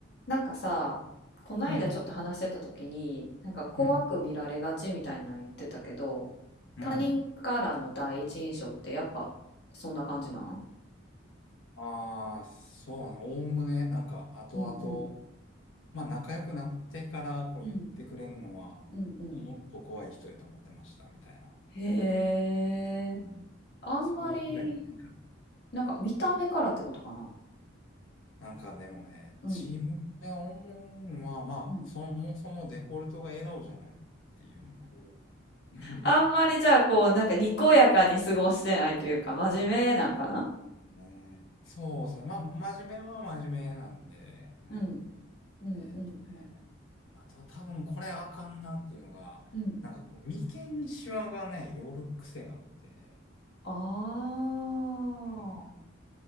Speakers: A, on the left (about 55°); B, on the left (about 80°).
A: なんかさ、こないだちょっと話してた時に、
B: うん、
A: なんか怖く見られがちみたいなの言ってたけど、
B: うん、うん。
A: 他人からの第一印象ってやっぱそんな感じなん
B: ああ、そうな、おおむね、なんか、後々、
A: うんうん
B: まあ、仲良くなってから、こう言ってくれるのは、
A: うんうんうん。
B: もっと怖い人やと思ってました、みたいな。
A: へえ、
B: うん。
A: あんまり、
B: それ以外にないかな。
A: なんか見た目からってことかな。
B: なんかでもね、
A: うん
B: 自分で思うのは、まあ、
A: うん
B: そもそもデフォルトが笑顔じゃないっていうのと、うん
A: あんまりじゃあこう、なんかにこやかに過ごしてないというか、真面目なんかな
B: <laughs> ねえ、そうですね。まあ、真面目は真面目なんで、はい。
A: うんうんうんうん
B: えーっとね。あと多分これあかんなっていうのが、
A: うん
B: なんかこう、眉間にシワがね、寄る癖があって、
A: ああ
B: なんかね、